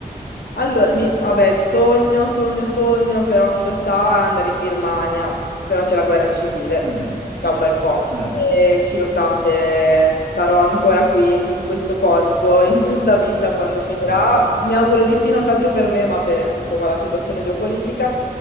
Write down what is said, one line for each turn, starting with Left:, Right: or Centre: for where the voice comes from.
Left: Allora, mi- vabbè, sogno, sogno, sogno, però chi lo sa, andare in Birmania, però c'è la guerra civile
Right: Mm,
Left: da un bel po'.
Right: mm,
Left: E chi lo sa se sarò ancora qui, in questo corpo, in questa vita, quando finirà,
Right: mm.
Left: mi auguro di sì, non tanto per me, ma per, insomma, la situazione geopolitica.